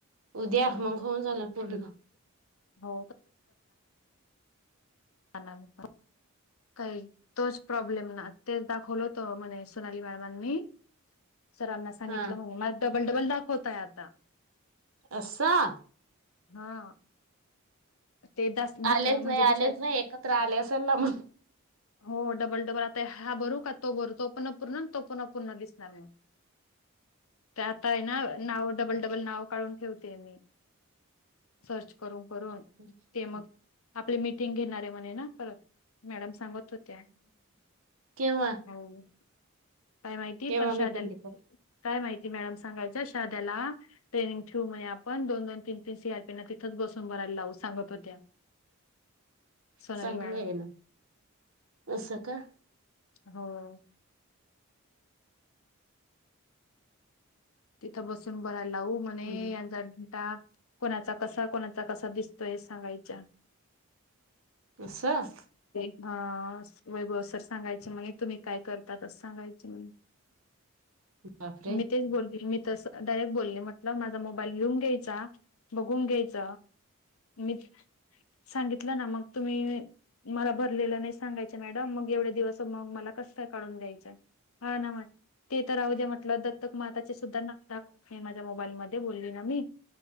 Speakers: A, on the right (about 70°); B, on the left (about 75°).
A: उद्या
B: हो.
A: मंग होऊन झानार पूर्ण
B: हो, आला नाही का काही तोच प्रॉब्लेम ना तेच दाखवलं होत म्हणे सोनाली मॅडमांनी सरांना सांगितलं
A: हा
B: म्हणेून मला डबल, डबल दाखवताय आता
A: अससाा?
B: हा ते द
A: आलेच
B: म्हणजे
A: नाही आलेच
B: दिसाय
A: नाही एकत्र आले असेल ना मग
B: हो डबल डबल आता हा भरू का तो भरू तो पण अपूर्ण तो पण अपूर्ण दिसणार आहे ते आता आहे ना, नाव डबल, डबल नाव काढून ठेवतेय मी सर्च करून करून
A: ह
B: ते मग
A: <unintelligible>
B: आपली मीटिंग घेणारे म्हणे ना परत मॅडम सांगत होत्या
A: केव्हा
B: हो काय माहिती
A: केव्हा
B: पण शा
A: मीटिंग
B: डाल माहिती मॅडम? सांगायचं शारदाला ट्रेनिंग ठेऊ मने आपण दोन, दोन तीन, तीन सीयारपीना तीथच बसून भरयला लाऊ सांगत होत्या सोनाली
A: चांगलं
B: मॅडम
A: आहे ना अस का?
B: होय तिथं बसून बरायला लावू म्हणे
A: हम्म
B: यांचा डा कोणाचा कसा, कोणाचा कसा, दिसतोय हे सांगायच्या
A: असं
B: हा वैभव सर सांगायचे म्हणे तुम्ही काय करता अस सांगायची म्हणे
A: बापरे!
B: मी तेच बोलली मी त असं डायरेक्ट बोलले, म्हटलं माझा मोबाईल घेऊन घ्यायचा बघून घ्यायच मी सांगितलं ना मग तुम्ही मला भरलेलं नाही सांगायच मॅडम मग एवढे दिवस मग मला कसं काढून द्यायचं? हा ना म ते तर राहू द्या मट लं दत्तक माताचे सुद्धा नाव दाखवत नाही माझ्या मोबाईल मध्ये बोलली ना मी